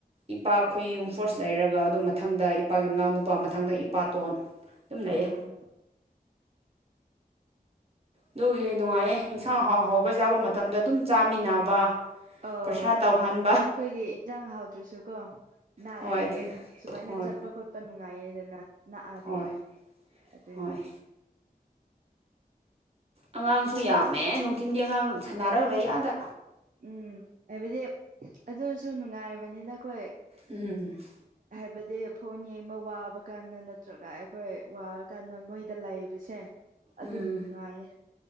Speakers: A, on the right; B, on the right.
A: ꯏꯄꯥ ꯑꯩꯈꯣꯏ ꯌꯨꯝ ꯐꯣꯔꯁ ꯂꯩꯔꯒ ꯑꯗꯨꯝ ꯃꯊꯪꯗ ꯏꯄꯥꯒꯤ ꯃꯅꯥꯎ ꯅꯨꯄꯥ ꯃꯊꯪꯗ ꯏꯄꯥꯇꯣꯟ ꯂꯝ ꯂꯩꯏ
B: ꯑꯣ
A: ꯑꯗꯨꯒꯤ ꯅꯨꯡꯉꯥꯏꯌꯦ ꯌꯦꯟꯁꯥꯡ ꯍꯥꯎ ꯍꯥꯎꯕ ꯆꯥꯕ ꯃꯇꯝꯗ ꯑꯗꯨꯝ ꯆꯥꯃꯤꯟꯅꯕ
B: ꯑꯣ
A: ꯄ꯭ꯔꯁꯥ ꯇꯧꯍꯅꯤ
B: ꯑꯩꯈꯣꯏꯒꯤ ꯌꯦꯟꯖꯥꯡ ꯍꯥꯎꯗ꯭ꯔꯁꯨ ꯀꯣ ꯅꯥꯛꯑꯗꯤ
A: ꯍꯣꯏ ꯑꯗꯨꯗ
B: ꯁꯨꯃꯥꯏꯅ
A: ꯍꯣꯏ
B: ꯆꯠꯄ ꯈꯣꯠꯄ ꯅꯨꯡꯉꯥꯏꯌꯦꯗꯅ ꯅꯥꯛꯑꯗꯤ
A: ꯍꯣꯏ
B: ꯑꯗꯨꯅꯤ
A: ꯍꯣꯏ ꯑꯉꯥꯡꯁꯨ ꯌꯥꯝꯃꯦ ꯅꯨꯡꯊꯤꯟꯗꯤ ꯑꯉꯥꯡ ꯁꯥꯟꯅꯔꯒ ꯂꯩꯌꯥꯗ
B: ꯎꯝ ꯍꯥꯏꯕꯗꯤ ꯑꯗꯨꯁꯨ ꯅꯨꯡꯉꯥꯏꯔꯕꯅꯤꯅ ꯑꯩꯈꯣꯏ
A: ꯎꯝ <inaudible>
B: ꯍꯥꯏꯕꯗꯤ ꯐꯣꯟ ꯌꯦꯡꯕ ꯋꯥꯕ ꯀꯥꯟꯗ ꯅꯠꯇ꯭ꯔꯒ ꯑꯩꯈꯣꯏ ꯋꯥꯔ ꯀꯥꯟꯗ ꯃꯣꯏ ꯗ ꯂꯩꯕꯁꯦ ꯑꯗꯨꯝ
A: ꯎꯝ
B: ꯅꯨꯡꯉꯥꯏꯌꯦ